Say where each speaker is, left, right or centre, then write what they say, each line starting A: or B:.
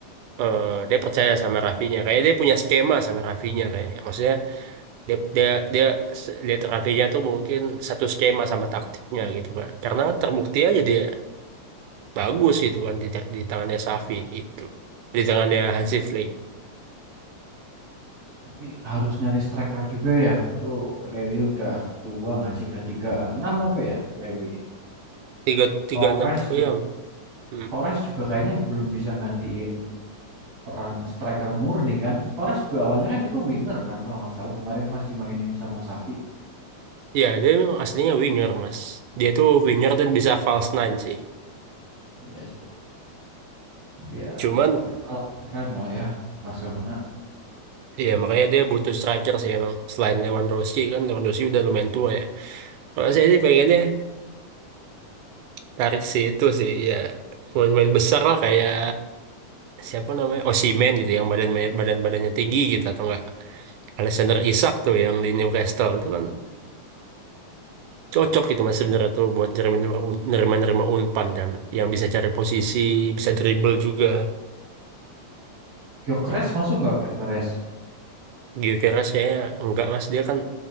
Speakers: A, on the right; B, on the right.
A: eh, dia percaya sama Rafinya kayak dia punya skema sama Rafinya kayaknya maksudnya dia dia dia s- lihat Rafinya tuh mungkin satu skema sama taktiknya gitu kan karena terbukti aja dia bagus gitu kan di, ta- di tangannya Safi itu di tangannya
B: Iya.
A: Hansi Flick
B: Tapi harus nyari striker juga ya. Itu Lewi udah tua nggak sih? Udah tiga enam apa ya Lewi?
A: tiga tiga
B: Torres
A: enam
B: juga
A: ya Hmm.
B: Torres juga kayaknya belum bisa gantiin peran striker murni kan. Torres juga awalnya kan itu winger kan kalau nggak salah kemarin pas dimainin sama Xavi.
A: Ya, dia memang aslinya winger, Mas. Dia tuh winger dan bisa false nine sih.
B: ya sih. Ya
A: Cuman,
B: overall keren lah ya Barcelona.
A: ya makanya dia butuh striker sih emang. Selain Lewandowski kan, Lewandowski udah lumayan tua ya. Kalau saya sih pengennya tarik si itu sih, ya pemain-pemain besar lah kayak siapa namanya Osimhen gitu yang badan badan badannya tinggi gitu atau enggak Alexander Isak tuh yang di Newcastle itu kan cocok gitu mas sebenarnya tuh buat nerima nerima nerima unpan kan yang bisa cari posisi bisa dribble juga
B: Gyökeres masuk nggak Gyökeres?
A: Gio Keras kayaknya enggak mas dia kan